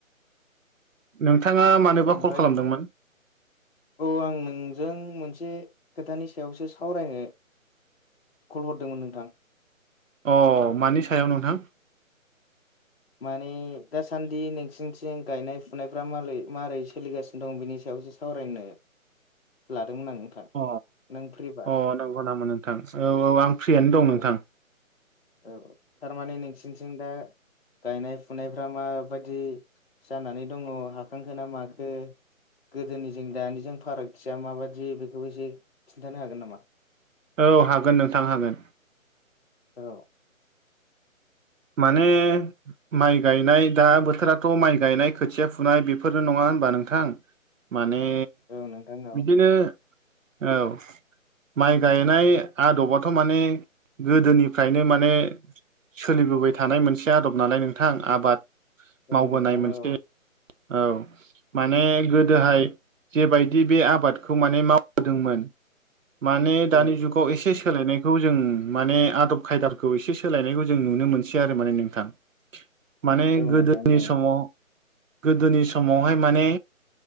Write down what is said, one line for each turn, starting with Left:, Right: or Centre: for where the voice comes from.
Right: नोंथाङा मानोबा
Left: ओमफ्राय
Right: कल खालामदोंमोन?
Left: औ आं नोंजों मोनसे खोथानि सायावसो सावरायनो कल हरदोंमोन नोंथां।
Right: अ मानि सायाव नोंथां?
Left: माने दासान्दि नोंसिनिथिं गायनाय फुनायफ्रा मारै सोलिगासिनो दं बेनि सायावसो सावरायनो लादोंमोन आं
Right: अ
Left: नों फ्रिबा
Right: अ नंगौ नामा नोंथां औ औ आं फ्रियानो दं
Left: औ
Right: नोंथां
Left: औ थारमाने नोंसिनिथिं दा गायनाय फुनायफ्रा माबायदि जानानै दङ हाखांखो ना माखो गोदोनिजों दानिजों फारागथिया माबादि बेखौबो एसे खिन्थानो हागोन नामा
Right: औ हागोन नोंथां हागोन
Left: औ
Right: माने माइ गायनाय दा बोथोराथ' माइ गायनाय खोथिया फुनाय बेफोरनो नङा होनबा नोंथां माने
Left: औ नोंथां औ
Right: बिदिनो औ माइ गायनाय आदबाथ' माने गोदोनिफ्रायनो माने सोलिबोबाय थानाय मोनसे आदब नालाय नोंथां आबाद मावबोनाय
Left: औ नोंथां
Right: मोनसे
Left: औ
Right: औ माने गोदोहाय जेबायदि बे आबादखौ माने मावबोदोंमोन माने
Left: औ
Right: दानि जुग खौ एसे सोलायनायखौ जों माने आदब खायदाफोरखौ एसे सोलायनायखौ जों नुनो मोनसै आरो माने नोंथां। माने
Left: औ
Right: गोदोनि
Left: नोंथां औ
Right: समाव गोदोनि समावहाय माने